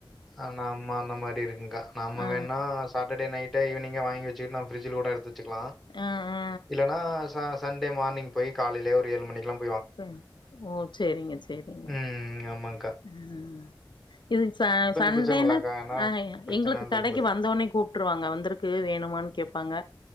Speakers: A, in the centre; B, on the left.
A: ஆன அம்மா அந்த மாரி இருக்குங்கா நம்ம
B: ஆ
A: வேணா சாட்டடே நைட்டே ஈவினிங்கே வாங்கி வச்சுக்கிட்டு நம்ம ஃப்ரிட்ஜ்ல கூட எடுத்து வச்சுக்லா
B: ஆ ஆ
A: இல்லனா சா சண்டே மார்னிங் போயி காலைலயே ஒரு ஏழு மணிக்குலா
B: ம் ஓ சேரிங்க சேரிங்க
A: ம் ஆமாங்கா
B: அ இதுங் ச சண்டேனா
A: பிரச்சனை இல்லக்கா? ஏன்னா
B: ஆ
A: பிரச்சனை
B: எங்களுக்
A: இல்ல
B: கடைக்கு
A: உங்களுக்கு.
B: வந்தோனே கூப்ட்டுருவாங்க வந்துருக்கு வேணுமான் கேப்பாங்க